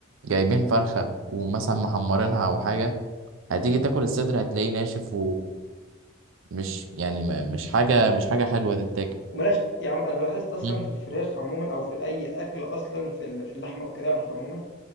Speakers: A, on the right; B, on the left.
A: جايبين فرخة ومثلا محمرينها او حاجة هتيجي تاكل الصدر هتلاقيه ناشف ومش يعني ما مش حاجة مش حاجة حلوة تتاكل
B: وما لهاش يعني أنا لاحظت أصلًا
A: مم.
B: في الفراخ عمومًا أو في أي أكل أصلًا في ال في اللحمة والكلام في عمومًا